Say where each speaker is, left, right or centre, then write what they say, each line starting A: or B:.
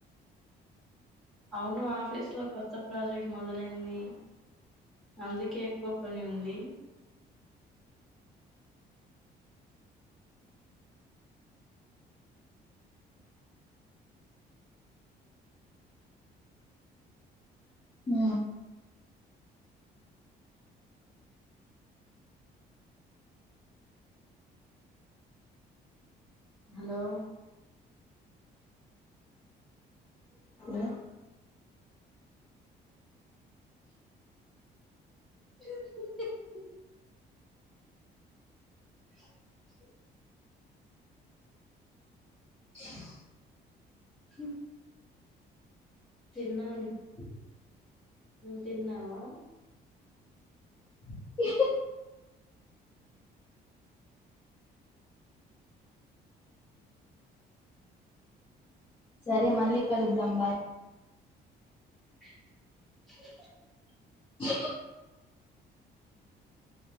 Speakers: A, in the centre; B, on the left (about 30°).
A: అవును ఆఫీస్ లో కొత్త ప్రాజెక్ట్ మొదలైంది అందుకే ఎక్కువ పని ఉంది
B: ఆ
A: హలో
B: ఏ
A: <inaudible> <inaudible>
B: <unintelligible>
A: హ <inaudible> తిన్నాను
B: <inaudible>
A: నువ్వు తిన్నావా
B: <unintelligible> సరే మళ్ళీ కలుద్దాం బాయ్
A: <inaudible>
B: స